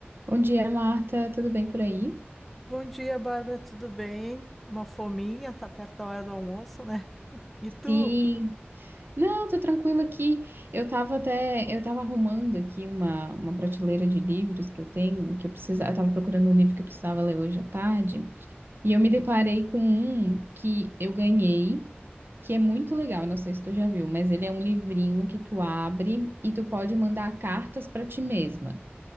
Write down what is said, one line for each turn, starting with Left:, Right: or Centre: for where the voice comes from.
Right: Bom dia, Marta. Tudo bem por aí?
Centre: Bom dia, Bárbara, tudo bem? Uma fominha, tá perto da hora do almoço, né? E tu?
Right: Sim. Não, tô tranquila aqui. Eu tava até, eu tava arrumando aqui uma, uma prateleira de livros que eu tenho, que eu precisava, eu tava procurando um livro que eu precisava ler hoje à tarde, e eu me deparei com um que eu ganhei, que é muito legal, não sei se tu já viu, mas ele é um livrinho que tu abre e tu pode mandar cartas pra ti mesma.